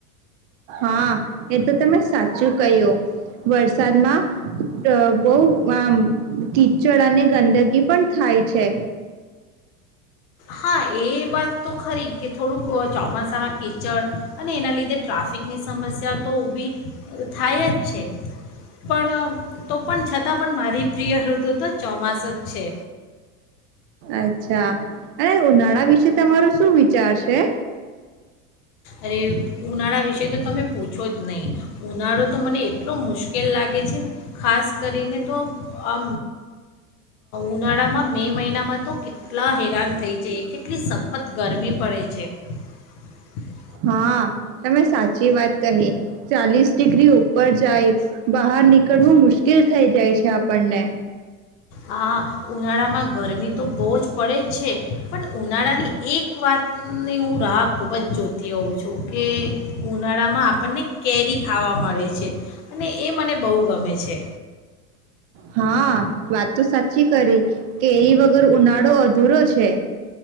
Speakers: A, on the right; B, on the left.
A: હા એ તો તમે સાચું કહ્યું વરસાદમાં બહ આ કીચડ અને ગંદગી પણ થાય છે.
B: હા એ વાત તો ખરી કે થોડુંક ચોમાસામાં કીચડ અને એના લીધે ટ્રાફિકની સમસ્યા તો ઊભી થાય જ છે પણ તો પણ છતાં પણ મારી પ્રિય ઋતુ તો ચોમાસ જ છે.
A: અચ્છા અને ઉનાળા વિશે તમારો શું વિચ ચાર છે.
B: અરે ઉનાળા વિશે તો તમે પૂછો જ નહીં ઉનાળો તો મને એટલો મુશ્કેલ લાગે છે ખાસ કરીને તો આ ઉનાળામાં મે મહિનામાં તો કેટલા હેરાન થઈ જાય કેટલી સખત ગરમી પડે છે. હ.
A: હા તમે સાચી વાત કહી ચાલીસ ડિગ્રી ઉપર જાય. બહાર નનીક ઘડવું મુશ્કેલ થઈ જાય છે આપણને.
B: હા ઉનાળામાં ગરમી તો બહુ જ પડે જ છે પણ ઉનાળાની એક વાતની હું રાહ ખૂબ જ જોતી હોઉં. જો કે ઉળા આપણને કેરી ખાવા મળે છે અને એ મને બહુ ગમે છે.
A: હા વાત તો સાચી કરી કે એ વગર ઉનાળો અધૂરો છે.